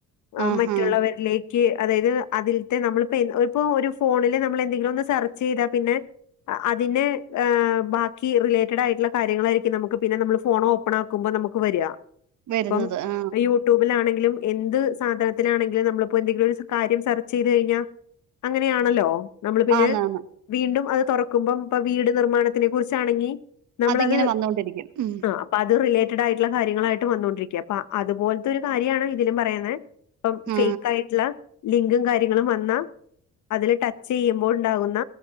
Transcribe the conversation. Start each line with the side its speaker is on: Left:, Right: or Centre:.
Left: ആഹ്
Right: ആഹാ
Left: മറ്റുള്ളവരിലേക്ക് അതായത് അതിലത്തെ നമ്മളിപ്പോ ഏഹ് ഒരു പോ ഒരു ഫോണില് നമ്മള് എ ന്തെങ്കിലും ഒന്ന് സർച്ച് ചെയ്താ പിന്നെ അതിനെ ഏഹ് ബാക്കി റിലേറ്റഡ് ആയിട്ടുള്ള കാര്യങ്ങളായിരിക്കും നമുക്ക് പിന്നെ നമ്മൾ ഫോൺ ഓപ്പൺ ആക്കുമ്പ നമ്മക്ക് വരിക
Right: വരുന്നത്
Left: ഇപ്പം
Right: ആ
Left: യുടൂബിലാണെങ്കിലും എന്ത് സാധനത്തിലാണെങ്കിലും നമ്മളിപ്പോ എന്തെങ്കിലും ഒരു കാര്യം സ സെർച്ച് ചെയ്ത് കഴിഞ്ഞാൽ അങ്ങനെയാണല്ലോ നമ്മള് പിന്നെ
Right: ആന്നാന്ന്
Left: വീണ്ടും അത് തുറക്കുമ്പം ഇപ്പ വീട് നിർമ്മാണത്തിനെ കുറിച്ചാണെങ്കി നമ്മളത്
Right: അതിങ്ങനെ വന്നോണ്ടിരിക്കും ഉം
Left: ആഹ് അപ്പ അത് റിയെ റ്റഡായിട്ടുള്ള കാര്യങ്ങളായിട്ട് വന്നൊണ്ടിരിക്ക അപ്പ അതുപോലത്തെരു കാര്യാണ് ഇതിലും പറയുന്നെ ഇപ്പം
Right: ആ
Left: ഫേക്ക് ആയിട്ടുള്ള ലിങ്കും കാര്യങ്ങളും വന്നാ അതില് ടച്ച് ചെയ്യുമ്പോൾ ഉണ്ടാകുന്ന